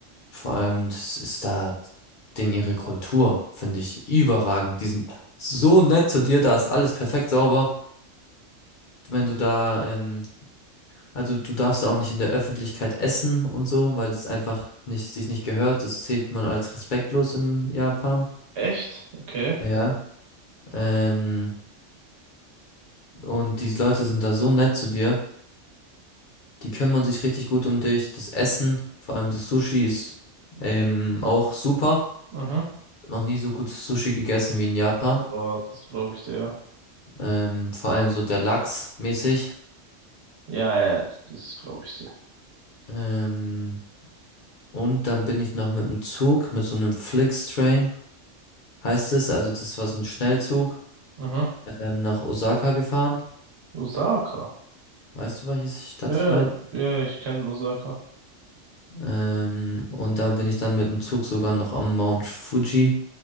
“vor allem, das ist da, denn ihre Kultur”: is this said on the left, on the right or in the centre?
Left